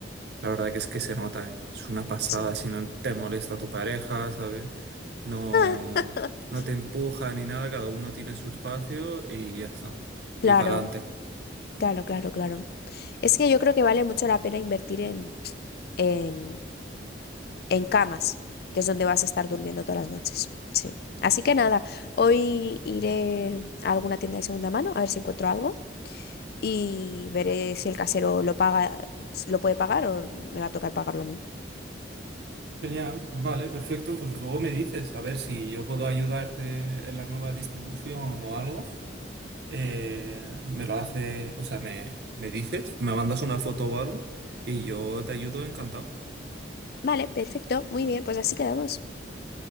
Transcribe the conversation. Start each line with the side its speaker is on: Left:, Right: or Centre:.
Right: La verdad que es que se nota, ¿eh? Es una pasada
Left: Sí.
Right: si no te molesta tu pareja, ¿sabes? No,
Left: <laughs>
Right: no te empuja ni nada, cada uno tiene su espacio y ya está. Y
Left: Claro,
Right: para adelante.
Left: claro, claro, claro. Es que yo creo que vale mucho la pena invertir en, en, en camas, que es donde vas a estar durmiendo todas las noches. Sí. Así que nada, hoy iré a alguna tienda de segunda mano a ver si encuentro algo y veré si el casero lo paga, lo puede pagar o me va a tocar pagarlo a mí.
Right: Genial, vale, perfecto. Pues luego me dices, a ver si yo puedo ayudarte en la nueva distribución o algo. Eh, me lo hace, o sea, me, me dices, Me mandas una foto o algo y yo te ayudo encantado.
Left: Vale, perfecto, muy bien, pues así quedamos.